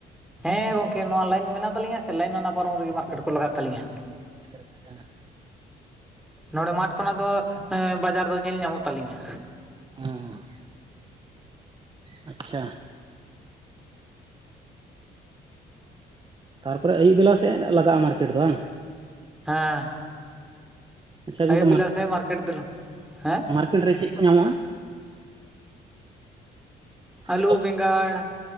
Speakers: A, in the centre; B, on the right (about 25°).
A: ᱦᱮᱸ ᱜᱚᱝᱠᱮ ᱱᱚᱣᱟ ᱞᱟᱭᱤᱱ ᱢᱮᱱᱟᱜ ᱛᱟᱹᱤᱧᱟ ᱥᱮ ᱞᱟᱭᱤᱱ ᱚᱱᱟ ᱯᱟᱨᱚᱢ ᱨᱮᱜᱮ ᱢᱟᱨᱠᱮᱴ ᱠᱚ ᱞᱟᱜᱟᱜ ᱛᱟᱹᱞᱤᱧᱟ
B: ᱟᱪᱪᱷᱟ ᱟᱪᱪᱷᱟ
A: ᱱᱚᱰᱮ ᱢᱟᱴᱷ ᱠᱷᱚᱱᱟᱜ ᱫᱚ ᱵᱟᱡᱟᱨ ᱫᱚ ᱧᱮᱞ ᱧᱟᱢᱚᱜ ᱛᱟᱹᱞᱤᱧᱟ
B: ᱮᱻᱸ ᱟᱪᱪᱷᱟ ᱛᱟᱨᱯᱚᱨᱮ ᱟᱹᱭᱩᱵ ᱵᱮᱞᱟ ᱥᱮᱫ ᱞᱟᱜᱟᱜ-ᱟ ᱢᱟᱨᱠᱮᱴ ᱫᱚ ᱵᱟᱝ
A: ᱦᱮᱸ
B: ᱟᱪᱪᱷᱟ ᱜᱚᱝᱠᱮ
A: ᱟᱭᱩᱵ ᱵᱮᱞᱟ ᱥᱮᱫ ᱢᱟᱨᱠᱮᱴ ᱫᱚ ᱦᱮᱸ
B: ᱠᱷᱮ ᱨᱮ ᱪᱮᱫ ᱠᱚ ᱧᱟᱢᱚᱜ-ᱟ?
A: ᱟᱹᱞᱩ
B: ᱡᱚᱛᱚ
A: ᱵᱮᱸᱜᱟᱲ